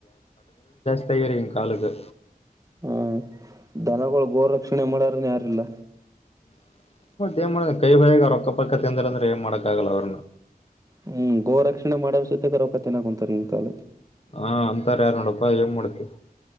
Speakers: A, on the left (about 40°); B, on the right (about 20°).
A: ತವರವಿನ ಕಲುಗೆ
B: ಹಾ ದನಗಳು ಗೋ ರಕ್ಷಣೆ ಮಾಡಾರನ ಯಾರಿಲ್ಲ
A: ನ ಮಾಡ ಕೈ ಬಗ ಅವ ರೊಕ್ಕಪಕ್ಕ ತಿಂದಾರ ಅಂದ್ರೆ ಏನ್ ಮಾಡಕ್ ಆಗಲ್ಲ ಅವ್ರನ್ನ
B: ಹ್ಮ್ ಗೋ ರಕ್ಷಣೆ ಮಾಡೋ ಸತೆ ಗ ರಕತನ್ ಕುಂಂತರಿ ಈನ್ ಕಾಲ
A: ಹಾ ಅಂತಾರ ಯಾರ ನೋಡಪ್ಪಾ ಏನ್ ಮಾಡ್ತಿವಿ